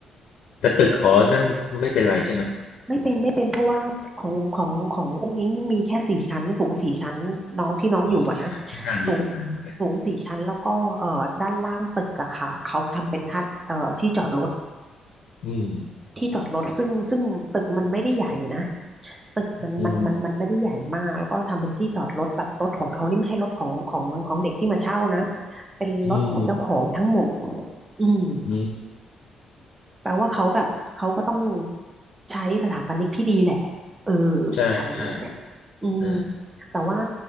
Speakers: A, on the left (about 70°); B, on the right (about 25°).
A: แต่ตึกหอนั้นไม่เป็นไรใช่ไหม
B: ไม่เป็นไม่เป็นเพราะว่าของของของอุ้งอิ๊งมีแค่สี่ชั้นสูงสี่ชั้นน้องที่น้องอยู่อะนะ
A: อ๋ออีกครับไม่น่ามีปัญหาอะไร
B: สูงสูงสี่ชั้นแล้วก็เอ่อด้านล่างตึกอะค่ะเขาทำเป็นท่าเอ่อที่จอดรถ
A: อืม
B: ที่จอดรถซึ่งซึ่งตึกมันไม่ได้ใหญ่นะตึกมันมันมันมันไม่ได้ใหญ่มากแล้วก็ทำเป็นที่จอดรถแบบรถของเขานี่ไม่ใช่รถของของของเด็กที่มาเช่านะ
A: อืม
B: เป็นรถของเจ้าของทั้งหมด
A: อืม
B: อืม
A: อืม
B: แปลว่าเขาแบบเขาก็ต้องใช้สถาปนิกที่ดีแหละเออ
A: ใช่ใช่
B: อะไรอย่างเงี้ยอืม
A: นะ
B: แต่ว่า